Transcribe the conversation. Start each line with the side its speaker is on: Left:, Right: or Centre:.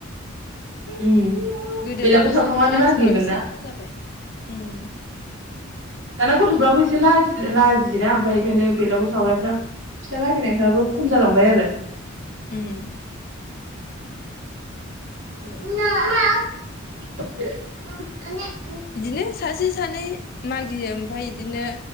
Right: उम
Left: गोदो
Right: बेलागुर
Left: बांसिनमोन
Right: सावखांनो
Left: आथिखालाव
Right: मागियोमोन
Left: एसे
Right: ना
Left: खम जाबाय उम
Right: दाना गथ'फ्राबो एस एसे लाजि-लाजियोदा आमफाय ओंखायनो बेलागुर सावनायफ्रा फिथा मागिनायफ्राबो खम जालांबाय आरो
Left: उम
Right: <unintelligible>
Left: बिदिनो सासे सानै मागियो आमफाय इदिनो